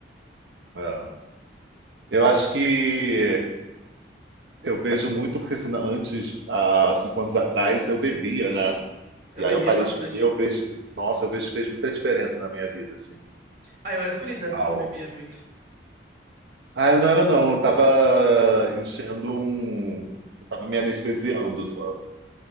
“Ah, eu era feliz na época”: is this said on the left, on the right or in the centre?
Right